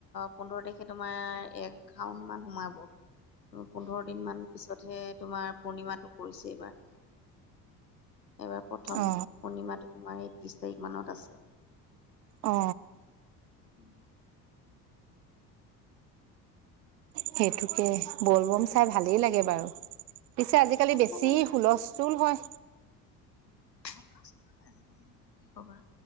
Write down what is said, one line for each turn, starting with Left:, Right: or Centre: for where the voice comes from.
Left: পোন্ধৰ তাৰিখে তোমাৰ এ শাওন মান সোমাব ত পোন্ধৰ দিন মান পিছতহে তোমাৰ পূৰ্ণিমাটো কৰিছে এইবাৰ এইবাৰ প্ৰথম
Right: অ
Left: পূৰ্ণিমাটো তোমাৰ এই ত্ৰিশ তাৰিখ মানত আছে উম
Right: অ সেইটোকে বল বম চাই
Left: উম,
Right: ভালেই লাগে বাৰু পিছে আজিকালি
Left: ভাল
Right: বেছি
Left: লাগে বাৰু
Right: হুলস্থুল হয়
Left: ভাল আজাল আৰু কি কবা